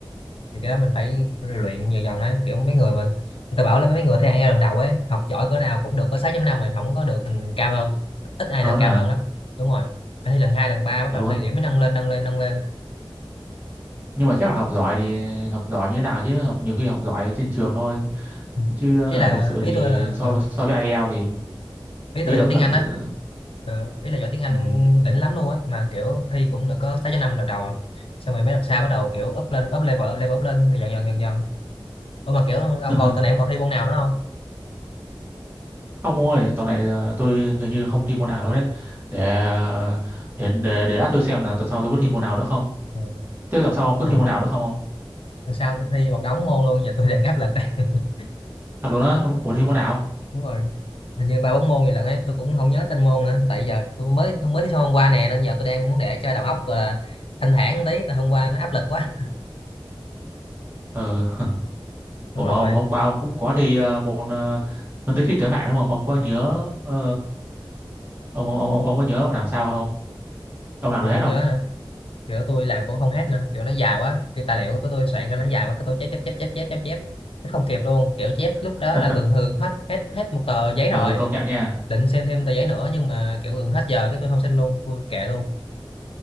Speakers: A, on the left; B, on the right.
A: thì cái đó mình phải luyện dần dần ấy kiểu mấy người mà người ta bảo là mấy người thi IELTS lần đầu ấy học giỏi cỡ nào cũng được có sáu chấm năm mà không có được ừ, cao hơn ít ai
B: hơn
A: được cao
B: hả
A: hơn lắm đúng rồi phải thi lần hai lần ba bắt
B: Thật
A: đầu
B: luôn
A: này điểm mới nâng lên nâng lên nâng lên
B: nhưng mà chắc là học giỏi thì học giỏi như thế nào chứ học nhiều khi học giỏi trên trường thôi
A: Ừ.
B: chứ ờ,
A: ý là
B: thật sự
A: ý
B: thì
A: tôi là
B: so
A: ờ,
B: với so với IELTS thì
A: ý
B: ý
A: tôi là
B: là
A: giỏi
B: có
A: tiếng
B: thật
A: Anh á
B: sự
A: Ờ, ý là giỏi tiếng Anh
B: ừ.
A: đỉnh lắm luôn á mà kiểu thi cũng được có sáu chấm năm lần đầu à xong rồi mấy đợt sau bắt đầu kiểu up lên up level level up lên dần dần dần dần ủa mà kiểu ông
B: <laughs>
A: còn tuần này em còn thi môn nào nữa không
B: không ông ơi tuần này ờ, tôi hình như không thi môn nào luôn đấy để ờ, để để để lát tôi xem là tuần sau tôi có thi môn nào nữa không
A: ừ.
B: thế tuần sau ông có
A: ừ.
B: thi môn nào nữa không ông
A: sao tôi thi một đống môn luôn giờ tôi đang áp lực đây <laughs>
B: thật luôn á ông ủa thi môn nào
A: đúng rồi hình như ba bốn môn gì lận ấy tôi cũng không nhớ tên môn nữa tại giờ tôi mới mới thi xong hôm qua nè nên giờ tôi đang muốn để cho đầu óc uh, thanh thản tí tại hôm qua nó áp lực quá
B: ừ. <laughs>
A: đúng
B: ủa mà
A: rồi
B: ông hôm qua ông cũng có thi ờ, môn ờ, phân tích thiết kế mạng đúng không ông có nhớ ờ, ông, ông ông ông có nhớ ông làm sao không ông làm
A: tôi
B: được hết
A: không
B: không
A: nhớ nữa kiểu tôi làm cũng không hết nữa kiểu nó dài quá cái tài liệu của tôi soạn ra nó dài quá cái tôi chép chép chép chép chép chép chép nó không kịp luôn kiểu chép lúc
B: <laughs>
A: đó là gần hư hết hết hết một tờ giấy
B: ờ
A: rồi
B: công nhận nha
A: định xem thêm tờ giấy nữa nhưng mà kiểu gần hết giờ cái tôi không xin luôn tôi kệ luôn